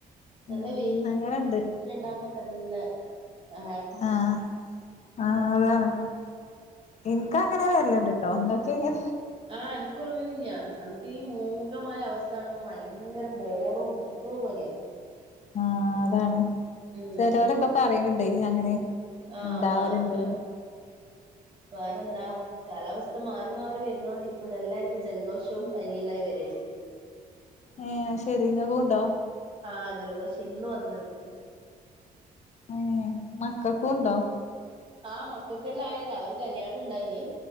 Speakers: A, on the right; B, on the left.
A: നല്ല
B: ഉം
A: വെയില്
B: അങ്ങനെണ്ട്
A: <unintelligible> ഉണ്ടാവുമ്പോ നല്ല ആ
B: ആഹ് ആഹ് അതാണ്. ഇൻക്ക് അങ്ങനെ വരല്ണ്ട് ട്ടോ ഇങ്ങക്കെങ്ങനെ
A: ആഹ് എന്ക്കും അങ്ങനെന്നെയാ എനക്ക് മൂ ഖമായ അവസ്ഥ കാണുമ്പോ ഭയങ്കരം ബോറും എന്തോ പോലെയാ
B: ആഹ് അതാണ്
A: ഉം
B: ചെലോലൊക്കെ പറി ണ് ണ്ടെ അങ്ങനെ
A: ആഹ്
B: ഇണ്ടാവല്ണ്ട്
A: ആഹ് വേറെന്താ കാലാവസ്ഥ മാറി മാറി വരുന്ന കൊണ്ട് ഇപ്പടെ എല്ലാവർക്കും ജലദോഷവും പനല്ലായി വരകയും ചെയ്യും <unintelligible>
B: ഏ ശെരി ഇങ്ങ കണ്ടോ
A: ആഹ ജലദോഷം ഇന്ന് വന്ന എനക്ക്
B: ഏ മക്കക്കും ഉണ്ടോ
A: ആ മക്കൾക്കെല്ലാം ആയതാ അവര് കല്യാണം ഇണ്ടായിന്